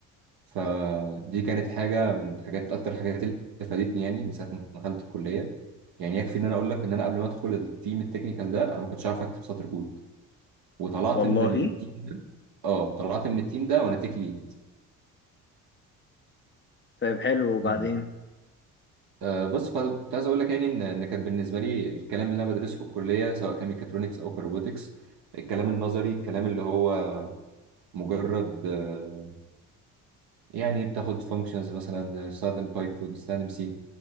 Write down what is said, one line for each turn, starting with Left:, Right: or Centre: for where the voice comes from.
Right: فدي كانت حاجه من الحاجات اكتر حاجات اللي فادتني يعني من ساعه ما دخلت الكليه يعني يكفي ان انا اقول لك ان انا قبل ما ادخل التيم التكنيكال ده انا ما كنتش عارف اكتب سطر كود وطلعت
Left: والله
Right: من التيم ده اه طلعت من التيم ده وانا تيك ليد
Left: طيب حلو وبعدين
Right: يعني. آه بس فكنت عايز اقول لك يعني ان ان كانت بالنسبه لي الكلام اللي انا بدرسه في الكليه سواء كان ميكاترونكس او كروبوتكس الكلام النظري الكلام اللي هو مجرد آه يعني بتاخد فانكشنز مثلا استخدم بايثون استخدم سي